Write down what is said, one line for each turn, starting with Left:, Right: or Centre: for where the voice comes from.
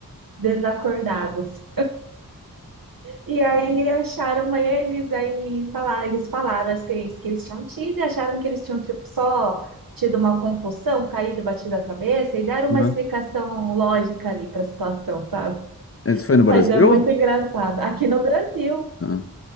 Right: desacordados. E aí acharam eles, aí falaram, eles falaram a experiência que eles tinham tido e acharam que eles tinham tipo só tido uma concussão, caído, batido a cabeça e deram uma
Left: ah.
Right: explicação lógica ali para a situação, sabe?
Left: Isso foi no Brasil?
Right: Mas é muito engraçado. Aqui no Brasil
Left: Ah.